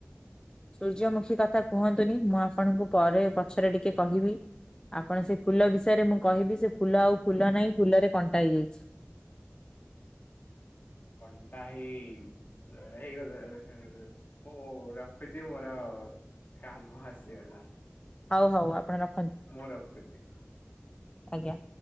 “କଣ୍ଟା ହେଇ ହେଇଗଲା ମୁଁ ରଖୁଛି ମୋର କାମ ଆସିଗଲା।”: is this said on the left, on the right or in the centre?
Left